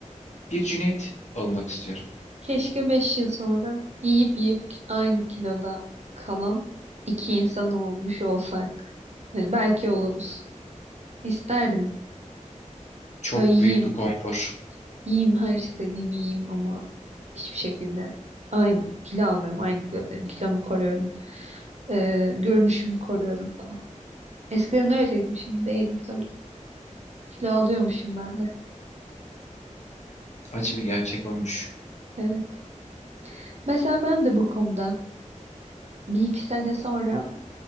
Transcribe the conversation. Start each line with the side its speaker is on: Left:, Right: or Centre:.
Left: bir Cüneyt olmak istiyorum.
Right: Keşke 5 yıl sonra yiyip yiyip aynı kiloda kalan iki insan olmuş olsak. Hani belki oluruz. İsterdim.
Left: Çok
Right: Böyle yiyeyim.
Left: büyük bir konfor,
Right: Yiyeyim her istediğimi yiyeyim ama hiçbir şekilde aynı kilo almıyorum. Aynı kilodayım. Kilomu koruyorum. Ee, görünüşümü koruyorum falan. Eskiden öyleydim. Şimdi değilim tabii. Kilo alıyormuşum ben de.
Left: acı bir gerçek olmuş.
Right: Evet. Mesela ben de bu konuda bir iki sene sonra